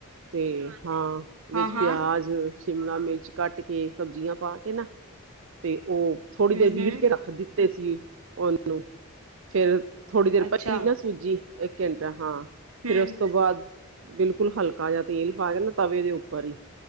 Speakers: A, on the right; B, on the right.
A: ਤੇ ਹਾਂ ਵਿੱਚ
B: ਹਾਂ ਹਾਂ
A: ਪੇਆਜ ਸ਼ਿਮਲਾ ਮਿਰਚ ਕਾੱਟ ਕੇ, ਸਬਜੀਆਂ ਪਾ ਕੇ ਨਾ, ਤੇ ਓ ਥੋੜੀ
B: ਹਮ
A: ਦੇਰ ਬੀਟ
B: ਹਮ
A: ਕੇ ਰਾੱਖ ਦਿੱਤ ਤੇ ਸੀ ਓਨਾਨੂੰ, ਫੇਰ ਥੋੜੀ ਦੇਰ
B: ਅੱਛਾ
A: ਪਈ ਰੀ ਨਾ ਸੂਜੀ, ਏੱਕ ਘੰਟਾ, ਹਾਂ।
B: ਹਮ
A: ਫੇਰ ਉਸ ਤੋ ਬਾਦ, ਬਿਲਕੁਲ ਹਲਕਾ ਜਾ ਤੇਲ ਪਾ ਕੇ ਨਾ, ਤਵੇ ਦੇ ਉਪਰ ਈ